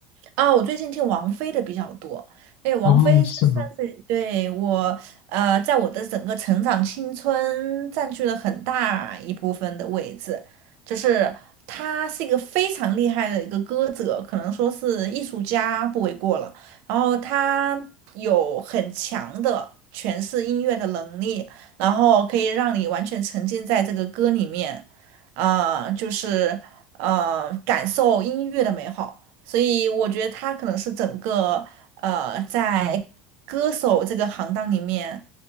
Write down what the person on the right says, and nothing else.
啊，我最近听王菲的比较多。哎，王菲她算是对我，
呃，在我的整个成长青春占据了很大一部分的位置。就是她是一个非常厉害的一个歌者，可能说是艺术家不为过了。然后她有很强的诠释音乐的能力，然后可以让你完全沉浸在这个歌里面，啊、就是呃，感受音乐的美好。所以我觉得他可能是整个呃在歌手这个行当里面